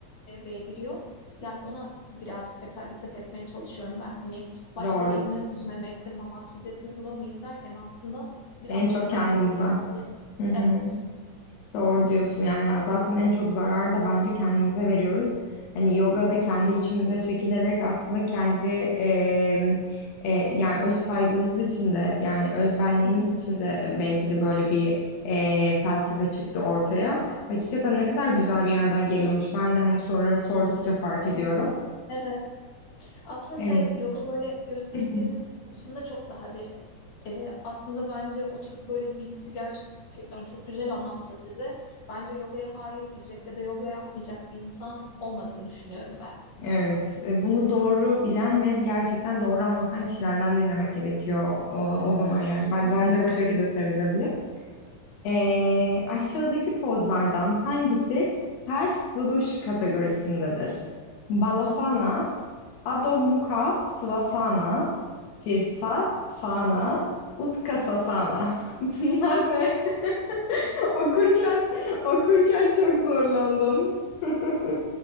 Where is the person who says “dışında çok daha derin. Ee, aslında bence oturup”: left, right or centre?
Left